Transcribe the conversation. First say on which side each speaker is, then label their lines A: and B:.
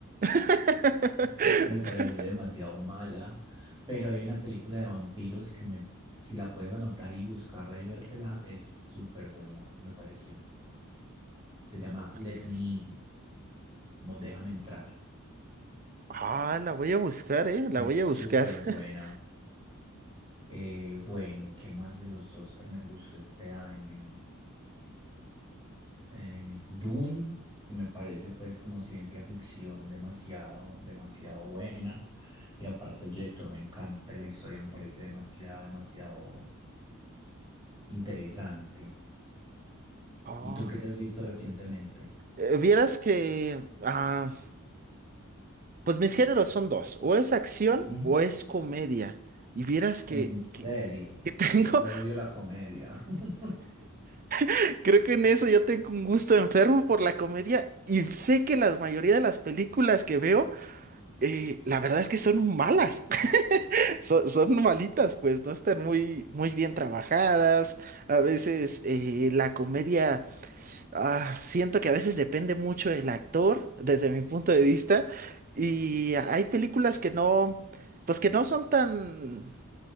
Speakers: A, on the right; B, on the right.
A: <laughs>
B: <laughs> Me parece demasiado mala. Pero hay una película de vampiros que me, si la puedes anotar y buscarla y vértela, es súper buena, me pareció. Se llama
A: ¿Cuál
B: Let
A: es?
B: Me In, como Déjame Entrar.
A: Ah, la voy a buscar, ¿eh? La
B: Es
A: voy a buscar.
B: súper buena.
A: <laughs>
B: Eh, bueno, ¿qué más de los Oscar me gustó este año? eh, Dune, que me parece pues como ciencia ficción demasiado, demasiado buena. Y aparte el director me encanta, la historia me parece demasiado, demasiado interesante.
A: Ah.
B: ¿Y tú qué te has visto recientemente?
A: Eh, Vieras que, ah, pues mis géneros son dos, o es acción
B: Ujú.
A: o es comedia. Y vieras que,
B: En serio,
A: que, que tengo,
B: yo odio la comedia. <laughs>
A: <laughs> creo que en eso yo tengo un gusto enfermo por la comedia y sé que la mayoría de las películas que veo eh, la verdad es que son malas, <laughs> son, son malitas, pues no están muy, muy bien trabajadas. A veces eh, la comedia, ah, siento que a veces depende mucho del actor, desde mi punto de vista. Y hay películas que no, pues que no son tan,